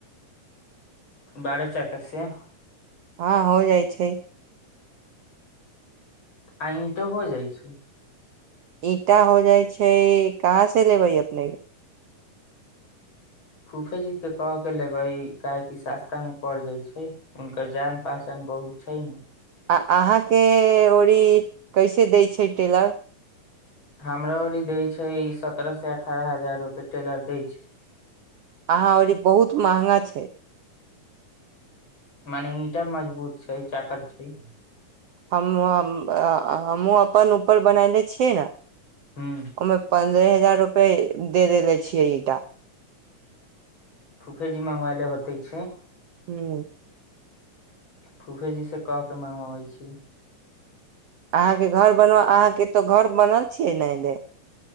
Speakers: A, on the left; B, on the right.
A: बारह चक्का से
B: हँ हो जाइ छै
A: आ ईटो हो जाइ छैय
B: ईंटा हो जाइ छै कहाँ से लेबै अपने
A: फूफे जी कऽ कह कऽ लेबै कियाकि सस्ता में पड़ जाय छै हुनकर जान पहचान बहुत छै नऽ
B: आ अहाँके ओरी कैसे दै छै टेलर
A: हमरा ओरी दै छै सत्ररह से अठारह हजार रूपे टेलर दै छै
B: आहाँ औरी बहुत महंगा छैय
A: माने ईटा मजबूत छै चाकर छै
B: हम हमहुँ अपन ऊपर बनले छियै नऽ ओहिमे
A: हूँ
B: पन्द्रह हजार रुपये दे देेने छियै ईटा
A: फूफे जी मंगवाइले होते छै
B: हूँ
A: फूफेजी सऽ कह के मंगगवाबै छी
B: अहाँ के घर बन अहाँ के तो घर बनल छीयै नऽ अनेइ